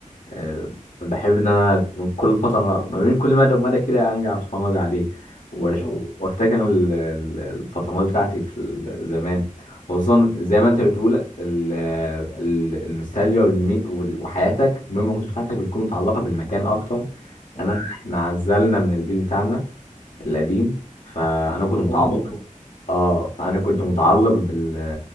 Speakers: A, on the left; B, on the left.
A: آه، بحب ان انا من كل فتره ما بين كل مدى ومدى كده ارجع اتفرج عليه وأش-
B: اه
A: وافتكر ال- ال- الفترات بتاعتي في ال- زمان خصوصا زي ما انت بتقول ال- ال- النوستالجيا والمي- وال- وحياتك الميموريز بتاعتك بتكون متعلقه بالمكان اكتر
B: اه
A: انا احنا عزلنا من البيت بتاعنا القديم فانا كنت متعلق
B: وأنا برضو
A: اه انا كنت متعلق بال...